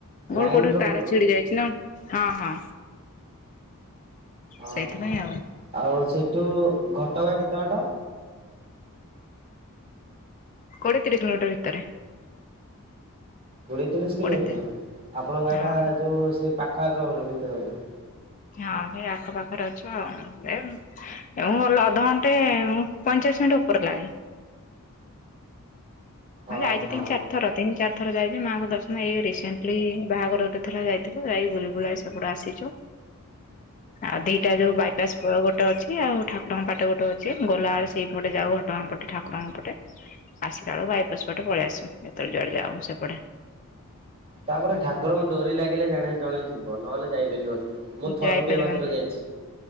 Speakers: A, on the left (about 35°); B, on the right (about 30°).
A: ମୋର
B: ଲାଇନ
A: କୋଉଠି
B: ଟ୍ରବୁଲ
A: ତାରା
B: ରହୁଛି।
A: ଛିଡି ଯାଇଚି ନା ହଁ ହଁ
B: ହଁ,
A: ସେଇଥିପାଇଁ
B: ହଁ,
A: ଆଉ
B: ଆଉ ସେଠୁ ଘଟଗାଁ କେତେ ବାଟ?
A: କୋଡ଼ିଏ ତିରିଶି କିଲୋମିଟର ଭିତରେ।
B: କୋଡ଼ିଏ ତିରିଶ କିଲୋମିଟର
A: କୋଡିଏ ତିରି
B: ଆପଣ ଗାଁ
A: ହଁ
B: ଟା ଯୋଉ ସେଇ ପାଖ ଆଖ ଭିତରେ <unintelligible>
A: ହଁ ଭାଇ ଆଖପାଖରେ ଅଛୁ ଆଉ। ମୁଁ <unintelligible> ଅଧଘଣ୍ଟେ ପଇଁଚାଳିଶ ମିନିଟ୍ ଓପରେ ଲାଗେ। ହଁ
B: ଓହୋ
A: ଯାଇଚି, ତିନି ଚାରି ଥର ତିନି ଚାର ଥର ଯାଇଚି, ମାଆଙ୍କ ଦର୍ଶନ ଏଇ ରିସେଣ୍ଟଲି ବାହାଘର ଏଥର ଯାଇଥିଲି ଯାଇ ବୁଲି ବୁଲା ସେପଟେ ଆସିଚୁ।
B: ହଁ <unintelligible>
A: ଆଉ ଦିଟା ଯୋଉ ବା ଯାଜପୁର ଗୋଟେ ଅଛି, ଆଉ ଠାକୁରଙ୍କ ପାଖେ ଗୋଟେ ଅଛି ଗଲାବେଳେ ସେଇପଟେ ଯାଉ ଘଟଗା ପଟେ ଠାକୁରଙ୍କ ପଟେ। ଆସିଲା ବେଳକୁ ବାଇପାସ ପଟେ ପଳେଇ ଆସୁ ଯେତେବେଳେ ଜୋଉଆଡେ ଯାଉଁ ସେପଟେ।
B: ତାପରେ ଠାକୁରଙ୍କ ଡୋରି ଲାଗିଲେ ଜାଣେ ଜଣେ ଯିବ ନହେଲେ ଯାଇପାରିବନି। ମୁଁ ଥରୁଟେ
A: ଯାଇପାରିବାନି
B: ମାତ୍ର ଯାଇଚି